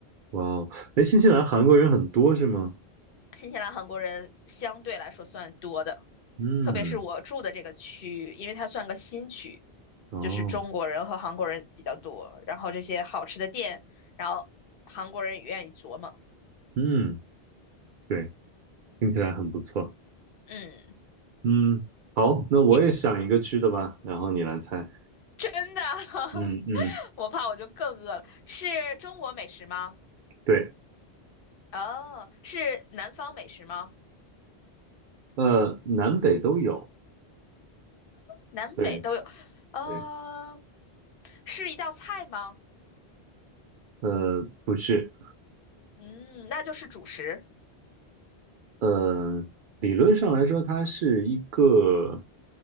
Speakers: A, on the right (about 60°); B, on the left (about 60°).
A: 哇哦，哎，新西兰韩国人很多是吗？
B: <laughs> 新西兰韩国人相对来说算多的，
A: 嗯，
B: 特别是我住的这个区域，因为它算个新区，
A: 哦，
B: 就是中国人和韩国人比较多，然后这些好吃的店，然后韩国人也愿意琢磨，
A: 嗯，对，听起来很不错。
B: 嗯。
A: 嗯，好，那我也想一个吃的吧，
B: 你
A: 然后你来猜。
B: <laughs> 真的？<laughs>
A: 嗯嗯，
B: 我怕我就更饿了。是中国美食吗？
A: 对，
B: 哦，是南方美食吗？
A: 呃，南北都有，
B: 南北都有。
A: 对
B: 呃，
A: 对，
B: 是一道菜吗？
A: 呃，不是，
B: 嗯，那就是主食。
A: 呃，理论上来说，它是一个